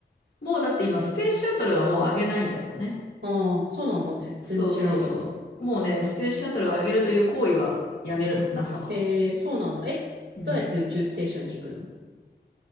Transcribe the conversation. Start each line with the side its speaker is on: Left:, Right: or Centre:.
Left: もうだって今、スペースシャトルはもう上げないんだもんね。
Right: ああ、そうなんだね。
Left: そうそうそう。
Right: 全然知らなかった。
Left: もうね、スペースシャトルを上げるという行為はやめるの、NASA は。
Right: えー、そうなんだ。え、
Left: うん。
Right: どうやって宇宙ステーションに行くの